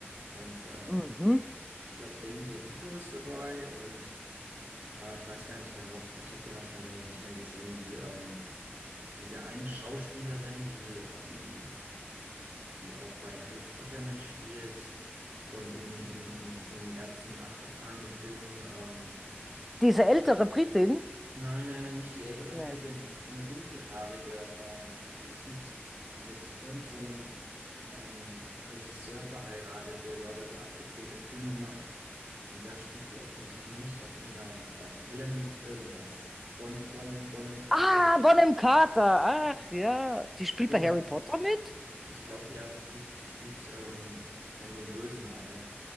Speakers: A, on the right (about 65°); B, in the centre.
A: Und ähm,
B: Mhm.
A: ich glaube, Danny DeVito ist dabei und äh, ich weiß gar nicht, wer noch. Ich habe den auch schon länger nicht mehr gesehen. Die, ähm, diese eine Schauspielerin, die, ähm, die auch bei Harry Potter mitspielt und in, in, in diesen ganzen abgefahrenen Filmen. Ähm,
B: Diese ältere Britin?
A: Nein, nein, nein, nicht die ältere
B: Nee.
A: Britin, so eine dunkelhaarige, ähm, die ist mit, mit irgend so einem ähm, Regisseur verheiratet, der lauter so abgedrehte Filme macht. Und da spielt die oft mit. Ich komme nicht auf die Namen gerade. Helen irgendwas. Bon, Bon, Bonham Carter
B: Ah,
A: oder
B: Bonham
A: so.
B: Carter. Ach ja, die spielt
A: Genau.
B: bei Harry Potter mit?
A: Ich glaube ja, die spielt, die spielt ähm, von den Bösen eine.